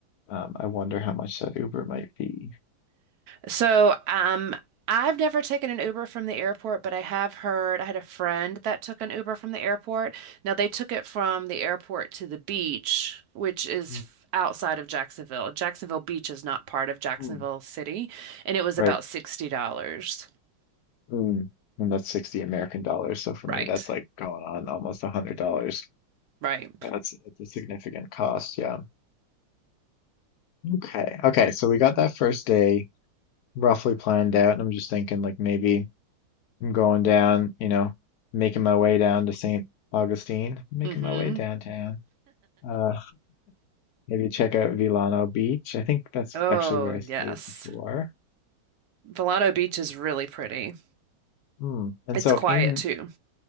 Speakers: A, on the left (about 75°); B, on the right (about 70°).
A: um, I wonder how much that Uber might be.
B: So, um, I've never taken an Uber from the airport, but I have heard I had a friend that took an Uber from the airport. Now, they took it from the airport to the beach, which is
A: Mm,
B: f- outside of Jacksonville. Jacksonville Beach is not part of Jacksonville
A: mm.
B: City, and it was
A: Right.
B: about $60.
A: Mm. And that's 60 American dollars. So for
B: Right,
A: me, that's like going on almost $100.
B: right.
A: That's, that's a significant cost. Yeah. Okay. Okay. So we got that first day roughly planned out. And I'm just thinking like maybe. I'm going down, you know, making my way down to St. Augustine, making
B: Mm-hmm.
A: my way downtown. Uh, maybe check out Vilano Beach. I think that's
B: Oh,
A: actually where I stayed
B: yes.
A: before.
B: Volcano Beach is really pretty.
A: Hmm. And
B: It's
A: so
B: quiet
A: in
B: too.